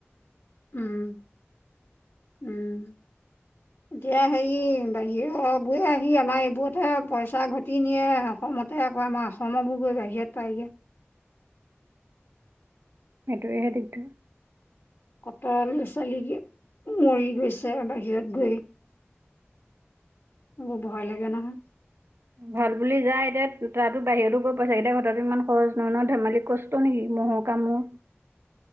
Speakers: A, on the left; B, on the right.
A: উম। উম
B: <inaudible>
A: এতিয়া হেই বাহিৰবোৰে আহি আমাৰ এইবোৰতহে পইচা ঘটি নিয়ে আক'। সমতহে আকৌ আমাৰ অসমবো-বোয়ে বাহিৰত পায়গে।
B: হেটোৱেহে দিগদা।
A: ক'তল ছোৱালী কি, মৰি গৈছে বাহিৰত গৈ। এবো ভয় লাগে নহয়।
B: ভাল বুলি যায়, এতিয়া তাতো বাহিৰতো গৈ পইচা কেইটা ঘটাটো ইমান খৰচ নহয় নহয় ধেমালি কষ্ট নেকি মহ কামোৰ।